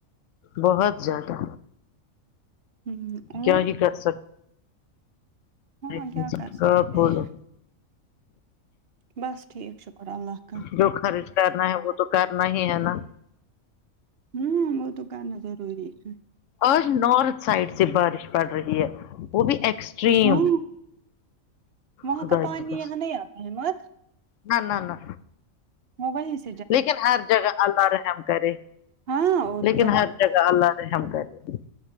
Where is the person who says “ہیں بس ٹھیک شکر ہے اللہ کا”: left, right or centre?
Right